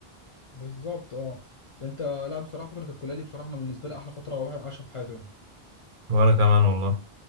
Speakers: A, on the left; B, on the right.
A: بالظبط اه ده انت لا بصراحه فتره الكليه دي بصراحه انا بالنسبه لي احلى فتره واحد عاشها في حياته يعني
B: وأنا كمان والله